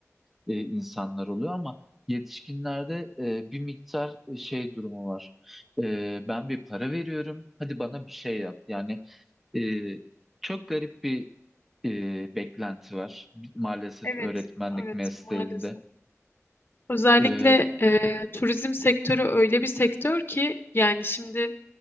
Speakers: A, in the centre; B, on the left.
A: e, insanlar oluyor ama yetişkinlerde e, bir miktar e, şey durumu var. E, ben bir para veriyorum, hadi bana bir şey yap. Yani e, çok garip bir e, beklenti var maalesef
B: Evet,
A: öğretmenlik
B: evet
A: mesleğinde.
B: maalesef. Özellikle
A: E,
B: e, turizm sektörü öyle bir sektör ki yani şimdi